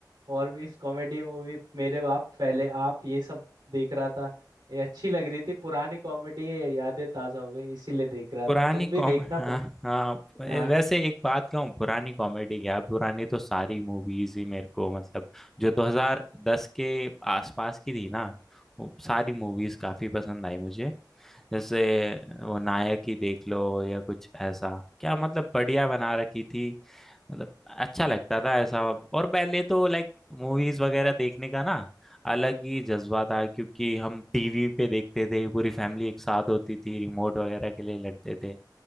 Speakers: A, on the right (about 75°); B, in the centre.
A: और भी कॉमेडी मूवी मेरे बाप पहले आप ये सब देख रहा था ये अच्छी लग रही थी पुरानी कॉमेडी है ये यादें ताजा हो गई इसीलिए देख रहा
B: पुरानी
A: था तुम
B: कॉम
A: भी देखना
B: हाँ
A: पर
B: हाँ
A: हाँ
B: वैसे एक बात कहूँ पुरानी कॉमेडी क्या पुरानी तो सारी मूवीज ही मेरे को मतलब जो 2010 के आसपास की थी ना वो सारी मूवीज काफी पसंद आई मुझे जैसे वो नायक ही देख लो या कुछ ऐसा क्या मतलब बढ़िया बना रखी थी मतलब अच्छा लगता था ऐसा और पहले तो लाइक मूवीज वगैरह देखने का ना अलग ही जज्बा था क्योंकि हम टीवी पे देखते थे पूरी फैमिली एक साथ होती थी रिमोट वगैरह के लिए लड़ते थे